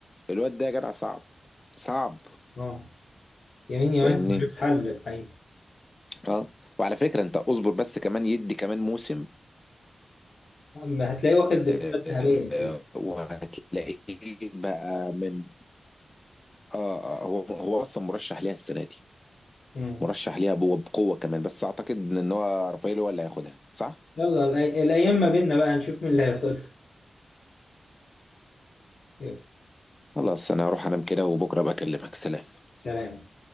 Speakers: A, on the left (about 25°); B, on the left (about 60°).
A: الواد ده يا جدع صعب صعب
B: اه يمين يمين
A: فاهمني
B: ملوش حل الحقيقة
A: اه وعلى فكرة انت اصبر بس كمان يدي كمان موسم
B: أما هتلاقيه واخد الكرة
A: آآ
B: الذهبية أكيد
A: وهتلاقيه بقى من آه، آه، هو هو أصلًا مُرشّح ليها السنة دي،
B: مم.
A: مُرشّح ليها بو بقوة كمان، بس أعتقد إن هو رافائيل هو اللي هياخدها، صح؟
B: يلا الأي- الأيام ما بيننا بقى نشوف مين اللي هياخدها يلا،
A: خلاص أنا هاروح أنام كده وبُكرة أبقى أكلمك، سلام.
B: سلام